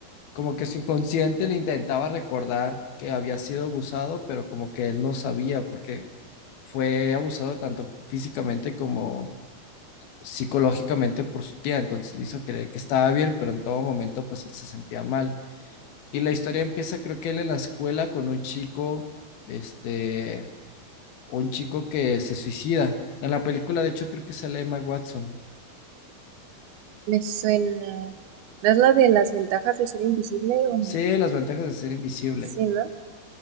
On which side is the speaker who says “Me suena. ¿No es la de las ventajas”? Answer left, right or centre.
Right